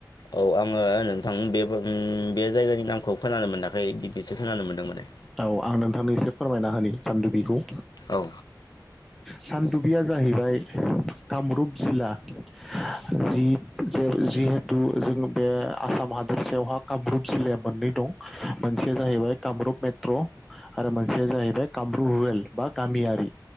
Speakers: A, on the left; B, in the centre.
A: औ आङो नोंथां बे उम बे जायगानि नामखौ खोनानो मोनाखै दिपिसो खोनानो मोनदों माने।
B: औ आं नोंथांनो एसे फोरमायना होनि सान्दुबिखौ।
A: औ।
B: सानदुबिया जाहैबाय कामरुप जिल्ला जि जिहेथु जों बे आसाम हादोरसायावहा कामरुप जिल्लाया मोननै दं मोनसेया जाहैबाय कामरुप मे ट्र आरो मोनसे जाहैबाय कामरुप रुरेल बा गामियारि